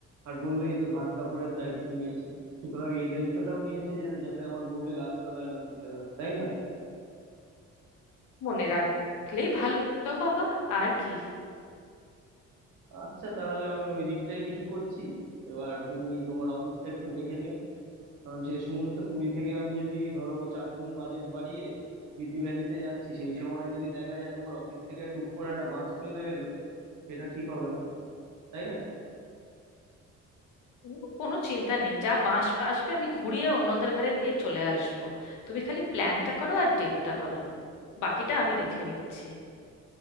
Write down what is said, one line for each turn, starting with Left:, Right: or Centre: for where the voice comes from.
Right: আর বললেই তো ভাত কাপড়ের দায়িত্ব নিয়েছি সুতরাং এই দায়িত্বটাও নিয়েছি যে যাতে আমার বউকে গাছতলায় না শুতে হয় তাই না
Left: মনে রাখলেই ভালো বাবা আর কি
Right: আচ্ছা তাহলে আমি ওই দিকটাই ঠিক করছি এবার তুমি তোমার অফিসটা একটু দেখে নিও কারণ শেষ মুহূর্তে পুরী থেকে আমি যদি ধরো চার গুণ বাজেট বাড়িয়ে বিথি ভ্যালিতে যাচ্ছি সেই সময় যদি দেখা যায় তোমার অফিস থেকে টুক করে একটা বাস চলে এলো সেটা ঠিক হবে না তাই না
Left: ও কোনো চিন্তা নেই যা বাঁশ আসবে আমি ঘুরিয়ে অন্যদের ঘাড়ে দিয়ে চলে আসবো তুমি খালি প্ল্যানটা করো আর ডেটটা বলো বাকিটা আমি দেখে নিচ্ছি